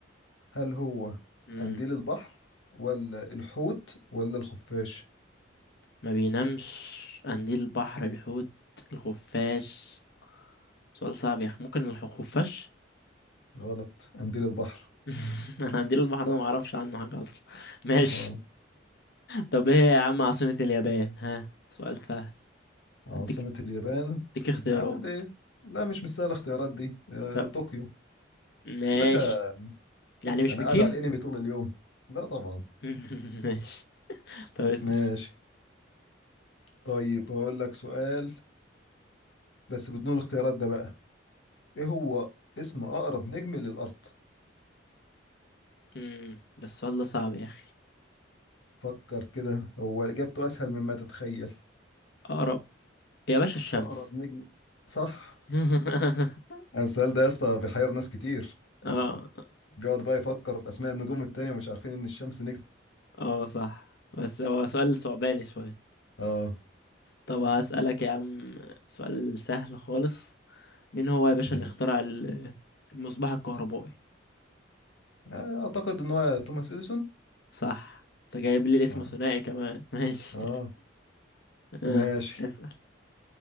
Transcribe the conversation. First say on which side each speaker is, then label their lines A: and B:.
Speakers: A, on the left (about 80°); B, on the left (about 60°).
A: هل هو
B: مم.
A: قنديل البحر ولا الحوت ولا الخفاش
B: ما بينامش قنديل البحر الحوت الخفاش سؤال صعب يا اخي ممكن الخفاش
A: غلط قنديل البحر
B: <laughs> انا قنديل البحر ده ما اعرفش عنه حاجه اصلا <laughs> ماشي
A: آه.
B: طب ايه يا عم عاصمة اليابان ها سؤال سهل
A: عاصمة
B: هديك
A: اليابان
B: هديك اختيارات
A: آه دي لا مش مستاهلة الاختيارات دي آه،
B: طب
A: طوكيو
B: ماشي
A: يا باشا
B: يعني مش
A: أنا
B: بكين
A: قاعد على الأنمي طول اليوم لا طبعا
B: <laughs> ماشي طب اسأل
A: ماشي طيب هقول لك سؤال بس بدون الاختيارات ده بقى إيه هو اسم أقرب نجم للأرض
B: مم. ده السؤال ده صعب يا اخي
A: فكر كده هو إجابته أسهل مما تتخيل
B: اقرب يا باشا الشمس
A: أقرب نجم صح
B: <laughs>
A: <laughs> السؤال ده يا اسطى بيحير ناس كتير
B: اه
A: آه، بيقعد بقى يفكر في أسماء النجوم التانية ومش عارفين إن الشمس نجم
B: <laughs> اه صح بس هو سؤال صعباني شوية
A: اه
B: طب هسألك يا عم سؤال سهل خالص مين هو يا باشا
A: ماشي
B: اللي اخترع ال- المصباح الكهربائي
A: آه، أعتقد إن هو توماس إديسون
B: صح انت جايب لي الاسم
A: آه.
B: ثنائي كمان <laughs> ماشي
A: اه
B: اه
A: ماشي
B: اسأل